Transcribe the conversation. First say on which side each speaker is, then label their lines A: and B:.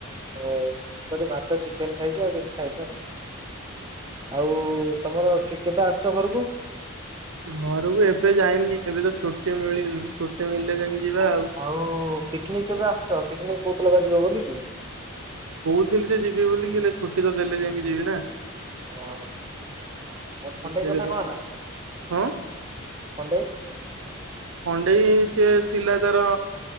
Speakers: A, on the right; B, on the right.
A: ହ ମୁଁ କନି ଭାତ ଚିକେନ ଖାଇଛି ଆଉ କିଛି ଖାଇନି ଆଉ। ଆଉ ତମର କେ କେବେ ଆସୁଛ ଘରକୁ।
B: ଘରକୁ ଏବେ ଯାଇନି ଏବେ ତ ଛୁଟି ମିଳିନି ଛୁଟି ମିଳିଲେ ଯାଇକି ଯିବା ଆଉ।
A: ଆଉ ପିକ୍ନିକ୍ କେବେ ଆସୁଚ ପିକ୍ନିକ୍ କହୁଥିଲ ପା ଯିବ ବୋଲିକି।
B: କହୁଥିଲି ଯେ ଯିବି ବୋଲିକି ହେଲେ ଛୁଟି ତ ଦେଲେ ଯାଇକି ଯିବି ନା।
A: ହଁ ଓ ଖଣ୍ଡେଇ
B: ଛୁଟି
A: କଥା କଣ ହେଲା
B: ହଁ।
A: ଖଣ୍ଡେଇ
B: ଖଣ୍ଡେଇ ସିଏ ଥିଲା ତାର